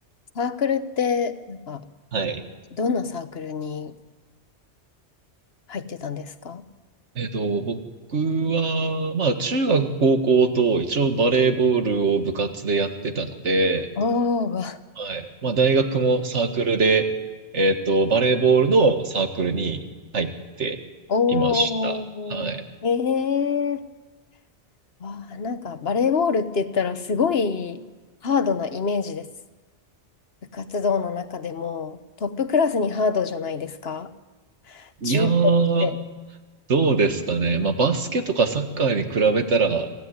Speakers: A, on the left; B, on the right.
A: サークルって、なんか、
B: はい。
A: どんなサークルに入ってたんですか
B: えっと、僕は、まあ、中学、高校と一応バレーボールを部活でやってたので、
A: おー、わ、
B: はい。まあ、大学もサークルで、えっと、バレーボールのサークルに入っていました。
A: おー、
B: はい。
A: えー、わあ、なんか、バレーボールって言ったら、すごいハードなイメージです部活動の中でもトップクラスにハードじゃないですか
B: いやー、
A: 中高って。
B: どうですかね。まあ、バスケとかサッカーに比べたら